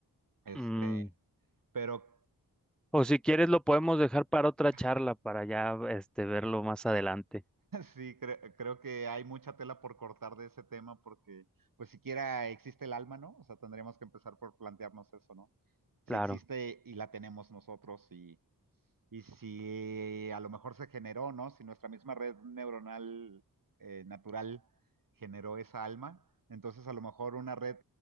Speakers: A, on the right (about 55°); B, in the centre.
A: Este,
B: Mm,
A: pero
B: O si quieres lo podemos dejar para otra
A: <laughs>
B: charla, para ya este verlo más adelante.
A: sí, cre- creo que hay mucha tela por cortar de ese tema porque, pues siquiera existe el alma, ¿no? O sea, tendríamos que empezar por plantearnos eso, ¿no?
B: Claro,
A: Si existe y la tenemos nosotros y, y si a lo mejor se generó, ¿no? Si nuestra misma red neuronal eh, natural generó esa alma, entonces a lo mejor una red